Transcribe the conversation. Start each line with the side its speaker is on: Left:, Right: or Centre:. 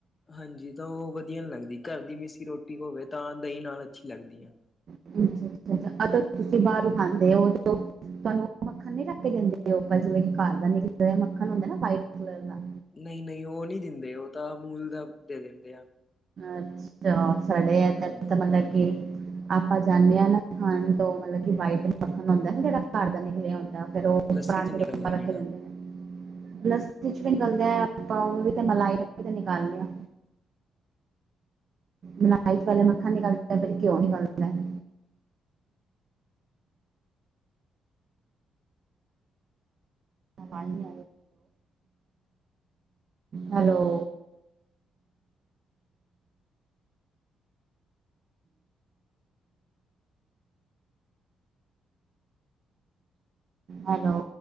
Left: ਹਾਂ ਜੀ, ਤਾਂ ਉਹ ਵਧੀਆ ਨੀ ਲੱਗਦੀ। ਘਰ ਦੀ ਮਿਸੀ ਰੋਟੀ ਹੋਵੇ ਤਾਂ ਦਹੀਂ ਨਾਲ ਅੱਛੀ ਲੱਗਦੀ ਐ।
Right: ਅੱਛਾ-ਅੱਛਾ। ਅਤੇ ਤੁਸੀਂ ਬਾਹਰੋਂ ਖਾਂਦੇ ਓ ਤੁਹਾਨੂੰ ਉਹ ਮੱਖਣ ਨੀ ਰੱਖ ਕੇ ਦਿੰਦੇ, ਜਿਵੇਂ ਕੀ ਘਰ ਦਾ ਨਿਕਲਿਆ ਹੋਇਆ ਦਾ ਮੱਖਣ ਹੁੰਦਾ ਏ ਨਾ, ਵਾਈਟ ਕਲਰ ਦਾ।
Left: ਨਹੀਂ-ਨਹੀਂ ਉਹ ਨਹੀਂ ਦਿੰਦੇ, ਉਹ ਤਾਂ ਅਮੂਲ ਦਾ ਦੇ ਦਿੰਦੇ ਆ।
Right: ਅੱਛਾ, ਸਾਡੇ ਇਧਰ
Left: ਹਾਂਜੀ
Right: ਤਾਂ ਮਤਲਬ ਕਿ ਆਪਾਂ ਜਾਂਨੇ ਆ ਨਾ ਖਾਣ, ਤੋਂ ਮਤਲਬ ਕਿ ਵਾਈਟ ਮੱਖਣ ਹੁੰਦਾ ਨਾ ਜਿਹੜਾ ਘਰ ਦਾ ਨਿਕਲਿਆ ਹੁੰਦੈ ਫੇਰ ਉਹ
Left: ਲੱਸੀ
Right: ਪਰਾਂਠੇ
Left: ਚ ਨਿਕਲਦਾ
Right: ਦੇ ਉਪਰ ਰੱਖ
Left: ਜਿਹੜਾ
Right: ਕੇ ਦੇਂਦੇ ਨੇ। ਲਸਣ 'ਚ ਵੀ ਨਿਕਲਦਾ, ਆਪਾਂ ਉਹ ਵੀ ਤੇ ਮਲਾਈ ਦਾ ਨਿਕਾਲਦੇ ਆ।
Left: <inaudible>
Right: ਮਲਾਈ ਵਾਲਾ ਮੱਖਣ ਨਿਕਲਦੈ, ਫਿਰ ਘਿਉ ਨਿਕਲਦੈ। <inaudible> ਹਾਂਜੀ, ਹੈਲੋ-ਹੈਲੋ। ਹੈਲੋ।